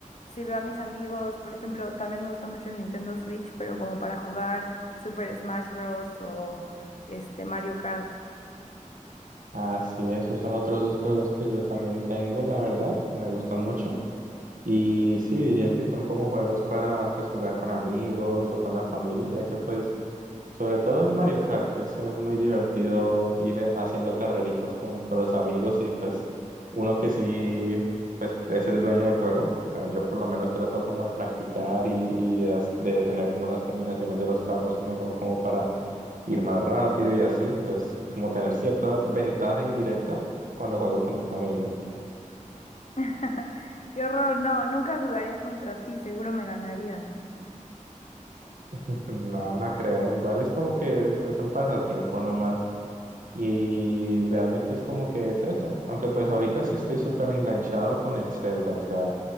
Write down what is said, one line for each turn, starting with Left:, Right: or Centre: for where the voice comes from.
Left: si veo a mis amigos, por ejemplo, también me gusta mucho el Nintendo Switch, pero como para jugar Super Smash Bros. o este Mario Kart.
Right: Ah, sí, esos son otros dos juegos que yo también tengo, la verdad, me gustan mucho. Y sí, diría que son como juegos para pues jugar con amigos o con la familia, ya que pues sobre todo el Mario Kart, eso es muy divertido ir eh, haciendo carreritas con, con los amigos y pues uno que sí pues es el dueño del juego, o sea, yo por lo menos trato como de practicar y, y de, as- de tener como las combinaciones de los carros mejor como para ir más rápido y así, entonces como tener cierta ventaja indirecta cuando juego con mis amigos.
Left: <laughs> Qué horror, no, nunca jugaría contra ti, seguro me ganarías.
Right: Pues No, no creo. Igual es como que es un pasatiempo nomás. Y realmente es como que es eso. Aunque pues ahorita sí estoy súper enganchado con el Zelda. O sea,